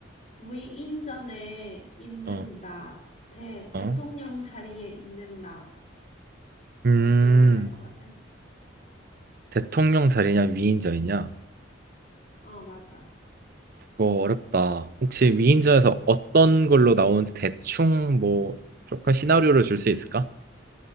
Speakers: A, on the left; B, on the right.
A: 위인전에 있는
B: 어,
A: 나, 대, 대통령
B: 어.
A: 자리에 있는 나,
B: 음.
A: 어떤 게 나을 것 같아?
B: 대통령 자리냐 위인전이냐?
A: 어, 맞아.
B: 이거 어렵다. 혹시 위인전에서 어떤 걸로 나오는지 대충 뭐 조금 시나리오를 줄 수 있을까?